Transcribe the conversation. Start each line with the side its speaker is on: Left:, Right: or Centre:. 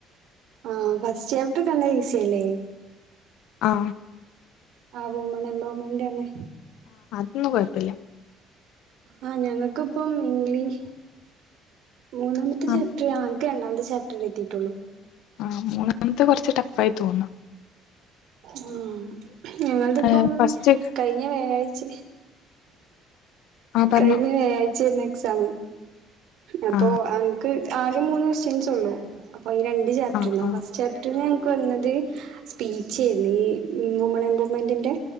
Right: ആഹ്. ഫസ്റ്റ് ചാപ്റ്റർ നല്ല ഈസിയല്ലേ?
Left: ആ
Right: ആ വുമൺ എൻ്റോൻമെന്റ് ആണ്
Left: ഒന്നും കെഴപ്പില്ല
Right: ആ ഞങ്ങൾക്കിപ്പം ഇംഗ്ലീഷ് മൂന്നാമത്തെ
Left: ആഹ്
Right: ചാപ്റ്റർ, ആ ഇന്ക്ക് രണ്ടാമത്തെ ചാപ്റ്റർ എത്തിയിട്ടുള്ളൂ.
Left: ആഹ് മൂന്നാമത്തെ കുറച്ച് ടഫ് ആയി തോന്ന.
Right: മ് ഞങ്ങളതിപ്പം
Left: ഏഹ് ഫസ്റ്റ്
Right: കഴിഞ്ഞ വ്യാഴാഴ്ച
Left: ആ പറഞ്ഞോ
Right: കഴിഞ്ഞ വ്യാഴാഴ്ച ആയിരുന്നു എക്സാം. അപ്പൊ
Left: ആ
Right: അന്ക്ക് ആകെ മൂന്ന് ക്വസ്റ്റ്യൻസ് ഉള്ളു അപ്പൊ ഈ രണ്ട് ചാപ്റ്റർന്നാ
Left: ആ ആ
Right: ഫസ്റ്റ്. ചാപ്റ്ററി ഞങ്ങൾക്ക് വന്നത് സ്പീച് ആയിരുന്നു ഈ വുമൺ എംപവർ മെൻറിൻ്റെ.